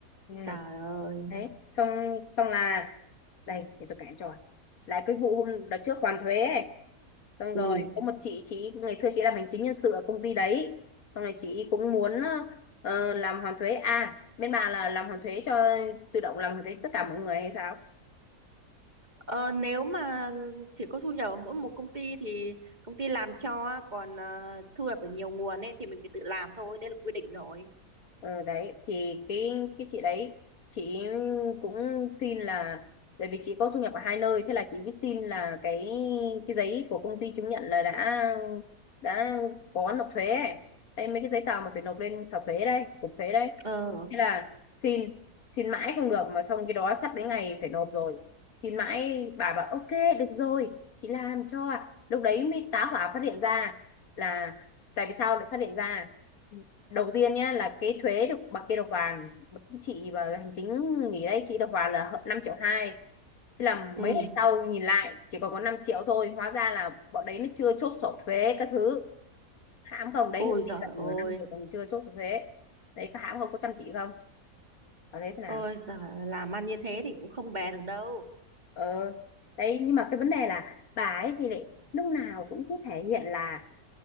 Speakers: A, on the left (about 65°); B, on the right (about 30°).
A: ừ.
B: Trời ơi.
A: đấy xong xong là đây để tôi kể cho lại cái vụ hôm đợt trước hoàn thuế ấy. xong
B: Ừ.
A: rồi có một chị chị ngày xưa chị làm hành chính nhân sự ở công ty đấy xong rồi chị cũng muốn ờ, làm hoàn thuế à bên bà là làm hoàn thuế cho tự động làm hoàn thuế tất cả mọi người hay sao
B: Ờ, nếu mà chỉ có thu nhập ở mỗi một công ty thì công ty làm cho, còn ờ, thu nhập ở nhiều nguồn ấy thì mình phải tự làm thôi, đấy là quy định rồi.
A: Ờ đấy thì cái cái chị đấy chị cũng xin là tại vì chị có thu nhập ở hai nơi thế là chị mới xin là cái cái giấy của công ty chứng nhận là đã đã có nộp thuế ấy. Đây mấy cái giấy tờ mà phải nộp lên sở thuế đây, cục thuế đây.
B: Ờ,
A: Thế là xin xin mãi không được mà xong cái đó sắp đến ngày phải nộp rồi. Xin mãi bà bảo ok được rồi, chị làm cho. ạ." Lúc đấy mới tá hỏa phát hiện ra là tại vì sao lại phát hiện ra đầu tiên nhé là cái thuế được bà kia được hoàn bà- cái chị và hành chính nghỉ đây chị được hoàn là năm triệu hai thế là
B: ừ.
A: mấy ngày sau nhìn lại chỉ còn có 5 triệu thôi hóa ra là bọn đấy nó chưa chốt sổ thuế các thứ hãm không đấy
B: Ôi
A: người ta đi
B: giời
A: gần
B: ơi.
A: nửa năm rồi còn chưa chốt sổ thuế đấy có hãm không có chăm chỉ không có thấy thế
B: Ôi
A: nào
B: giời, làm ăn như thế thì cũng không bè được đâu.
A: ờ đấy nhưng mà cái vấn đề là bà ấy thì lại lúc nào cũng cứ thể hiện là